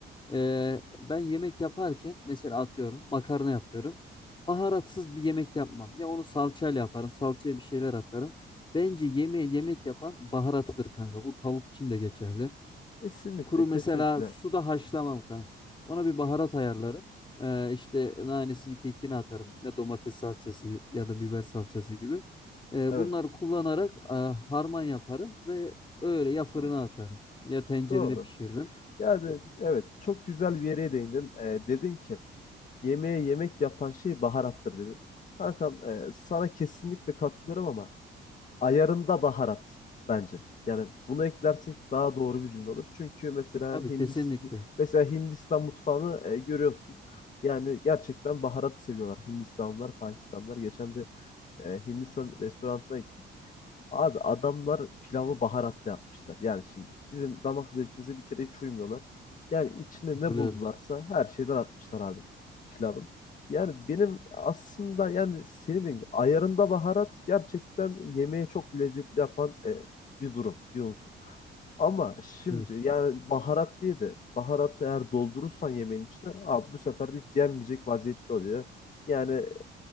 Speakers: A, on the left; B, on the left.
A: Ee, ben yemek yaparken mesela atıyorum makarna yapıyorum. Baharatsız bir yemek yapmam. Ya onu salçayla yaparım. Salçaya bir şeyler atarım. Bence yemeğe yemek yapan baharatıdır kanka. Bu tavuk için de geçerli.
B: Kesinlikle,
A: Kuru mesela
B: kesinlikle.
A: suda haşlamam kanka. Ona bir baharat ayarlarım. Ee, işte nanesini kekini atarım. Ya domates salçası ya da biber salçası gibi. Ee,
B: Evet.
A: bunları kullanarak e, harman yaparım ve öyle ya fırına
B: Doğru.
A: atarım ya tencerede
B: Doğru.
A: pişiririm.
B: Yani
A: Ya-
B: evet çok güzel bir yere değindin. Ee, dedin ki yemeğe yemek yapan şey baharattır dedin. Kankam e, sana kesinlikle katılıyorum ama ayarında baharat bence. Yani bunu eklersek daha doğru bir cümle olur. Çünkü mesela
A: Tabii
B: Hindistan,
A: kesinlikle.
B: mesela Hindistan mutfağını e, görüyorsun. Yani gerçekten baharat seviyorlar Hindistanlılar, Pakistanlılar. Geçen bir e, Hindistan restoranına gittik. Abi adamlar pilavı baharatla yapmışlar. Yani şimdi bizim damak zevkimize bir kere hiç uymuyorlar. Yani içine
A: Katılıyorum.
B: ne buldularsa her şeyden atmışlar abi pilavın. Yani benim aslında yani senin dediğin gibi ayarında baharat gerçekten yemeği çok lezzetli yapan e, bir durum, bir unsur. Ama şimdi
A: Evet.
B: yani baharat diye de baharatı eğer doldurursan yemeğin içine abi bu sefer de hiç yenmeyecek vaziyette oluyor. Yani e,